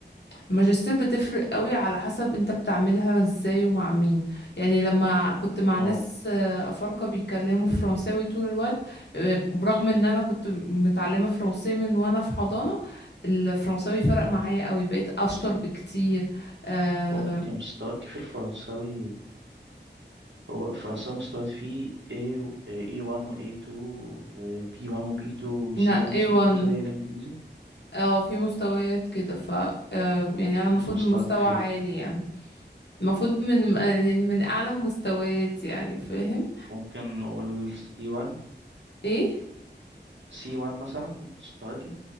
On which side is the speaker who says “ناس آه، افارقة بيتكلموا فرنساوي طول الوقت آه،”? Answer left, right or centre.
Left